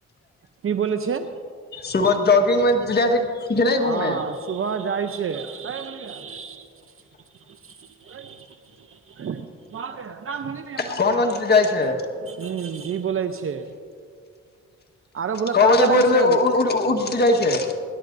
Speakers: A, on the right; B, on the left.
A: की बोले छै।
B: सुबह जॉगिंग मे जाय छै। कि नहि
A: हाँ
B: घूमे
A: सुबह जाय छै। <unintelligible>
B: कोन कोन जाइ छै
A: ह्म्म जी बोलै छै। आरो बोल
B: क
A: का
B: बजे
A: करै
B: भोर
A: छै
B: मे उ-उ-उ-उ उठ उठ जाय छै।